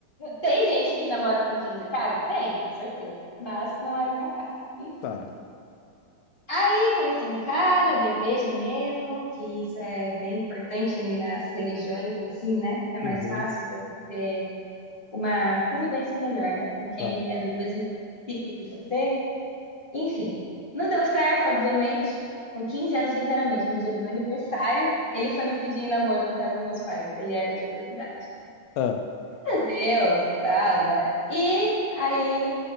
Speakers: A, on the left; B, on the left.
A: Tem gente que namora com 15 caras? Tem, com certeza. Mas não era o meu caso. Enfim.
B: Tá,
A: Aí conheci um cara da igreja mesmo, que isso é bem importante nas religiões em si, né? Que é mais
B: uhum,
A: fácil você ter uma convivência melhor, né? Com quem
B: tá.
A: é do mesmo ciclo que você. Enfim. Não deu certo, obviamente. Com 15 anos, literalmente, no dia do meu aniversário, ele foi me pedir em namoro na casa dos meus pais. Ele era de outra cidade.
B: Ah.
A: Deus, tá, né? E aí,